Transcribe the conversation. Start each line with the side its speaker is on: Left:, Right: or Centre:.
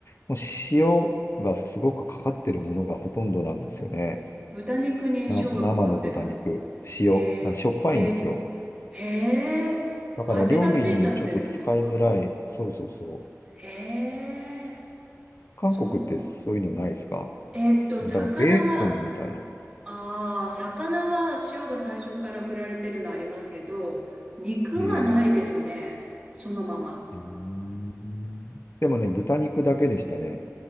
Left: もう塩がすごくかかってるものがほとんどなんですよね。
Right: 豚肉に塩がかかってる。
Left: な、生の豚肉、塩、
Right: へえ、
Left: あしょっぱいんですよ。
Right: へえ、へえ。
Left: だから料理にちょっと使いづらい。
Right: 味がついちゃってるんですか
Left: そうそうそう。
Right: へえ、
Left: 韓国ってそういうのないですか
Right: そう。えーっと、魚は
Left: だからベーコンみたいな。
Right: ああ、魚は塩が最初から振られてるのありますけど、肉はないですね。
Left: へえ。
Right: そのまま。
Left: うーんでもね、豚肉だけでしたね。